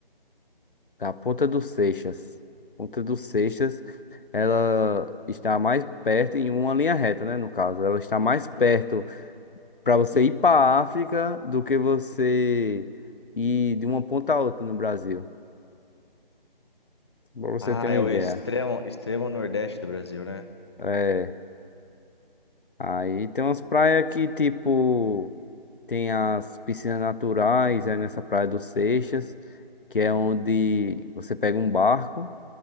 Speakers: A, on the left; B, on the left.
A: da Ponta dos Seixas. Ponta dos Seixas, ela está mais perto em uma linha reta, né, no caso. Ela está mais
B: Uhum.
A: perto para você ir para a África do que você ir de uma ponta a outra no Brasil. Para você
B: Ah,
A: ter uma
B: é
A: ideia.
B: o extremo, extremo nordeste do Brasil, né?
A: É, aí tem umas praias que tipo Tem as piscinas naturais, é nessa Praia do Seixas, que é onde você pega um barco,